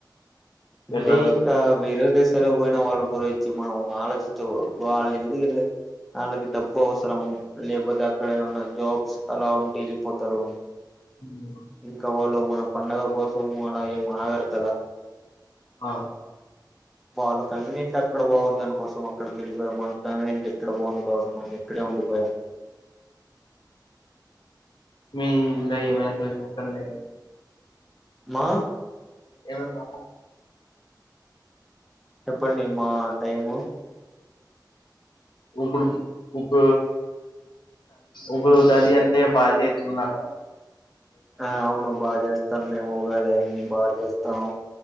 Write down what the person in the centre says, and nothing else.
అంటంటేకా
విరగా సల పోయినా వాళ్ళ మ ఆలోచించ వాళ్ళు ఎందుకు ఇల్ వాళ్ళకి డబ్బు అవసరం లేకపోతే అక్కడ ఏమైన్నా జాబ్స్ అలా ఉంటే వెళ్ళిపోతారు
ఇంకా వాళ్ళు మన పండగ కోసము అలా ఏం ఆగరు కదా
బాళ కన్వీనియంట్ అక్కడ బాగుంది దనికోసం అక్కడకి వెళ్ళిపోారు మన కన్వనియంట్ ఎక్కడ బాగుంది కాబట్సం ఎక్కడ ఉ బ
మా
చెప్పండి మా టైము
ఆ అవును బాగా చేస్తాం మేము ఉగాది అన్ని బాగా చేస్తాము